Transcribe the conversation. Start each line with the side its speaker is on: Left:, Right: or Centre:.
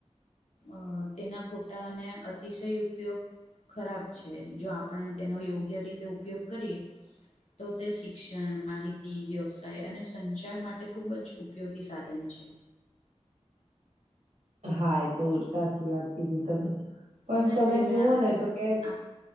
Left: અ તેના ખોટા અને અતિશય ઉપયોગ ખરાબ છે, જો આપણે તેનો યોગ્ય રીતે ઉપયોગ કરીએ. તો તે શિક્ષણ, માહિતી, વ્યવસાય અને સંચાર માટે ખુબ જ ઉપયોગી સાધન છે.
Right: હા એ તો સાચી વાત કીધી તમે પણ
Left: અને
Right: તમે
Left: પહેલા
Right: જોવો ને તો કે
Left: આપ